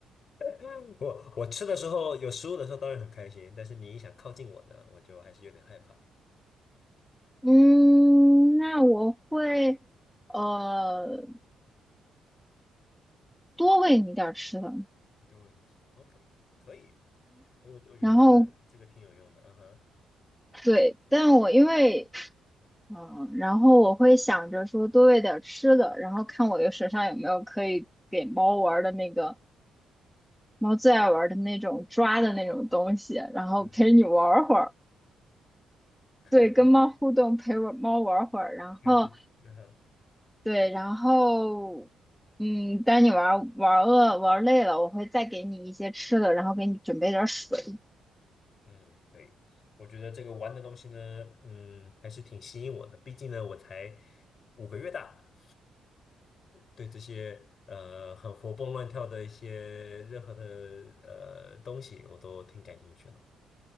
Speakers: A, on the left; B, in the centre.
A: <laughs> 我我吃的时候有食物的时候当然很开心，但是你一想靠近我呢，我就还是有点害怕。
B: 嗯，那我会呃多喂你点儿吃的，
A: 对，我都知道。OK，可以，因为我我觉得这个这个挺有用的，
B: 然后
A: 嗯哼，
B: 对，但我因为嗯，然后我会想着说多喂点吃的，然后看我的手上有没有可以给猫玩儿的那个猫最爱玩儿的那种抓的那种东西，然后陪你玩儿会儿，
A: 嗯，<coughs> 可以，
B: 对，跟猫互动，陪我猫玩儿会儿，然后
A: 看就嗯哼，
B: 对，然后嗯，当你玩儿玩儿饿玩儿累了，我会再给你一些吃的，然后给你准备点儿水。
A: 嗯，可以。我觉得这个玩的东西呢，嗯，还是挺吸引我的，毕竟呢，我才五个月大。对这些呃很活蹦乱跳的一些任何的呃东西，我都挺感兴趣的。